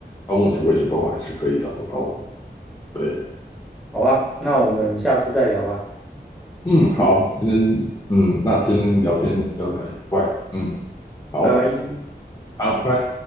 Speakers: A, on the left; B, in the centre.
A: 到目前为止都还是可以找得到的。对，
B: 好吧？那我们下次再聊吧。
A: 嗯，好，今天，嗯，那今天聊天聊得很愉快，嗯，好，
B: 拜拜。
A: 好，拜。